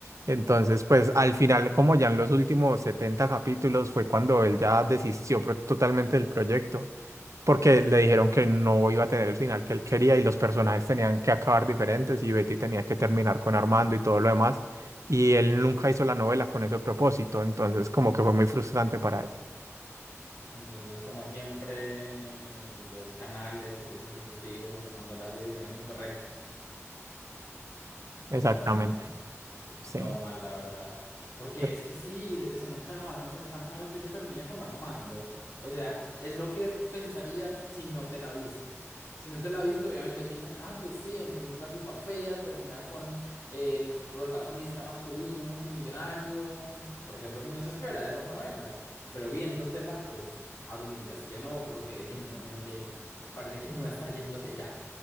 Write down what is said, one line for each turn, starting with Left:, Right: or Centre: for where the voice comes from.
Right: Entonces, pues al final, como ya en los últimos 70 capítulos, fue cuando él ya desistió pro- totalmente del proyecto porque le dijeron que no iba a tener el final que él quería y los personajes tenían que acabar diferentes y Betty tenía que terminar con Armando y todo lo demás. Y él nunca hizo la novela con ese propósito, entonces como que fue muy frustrante para él.
Left: Entonces, como siempre, los canales y los ejecutivos tomando las decisiones incorrectas,
Right: Exactamente,
Left: todo mal. Sí,
Right: sí.
Left: todo mal, la verdad. Porque
Right: Pero
Left: es que sí, se se notaba, no sé, es tan raro que ella termine con Armando. O sea, es lo que pensarías si no te la viste. Si no te la viste, obviamente piensas, ah, pues sí, entonces la tipa fea termina con el protagonista masculino multimillonario, porque es lo que uno se espera de esas novelas. Pero viéndotela, pues asumirías que no, porque genuinamente parece que no está yendo hacia allá.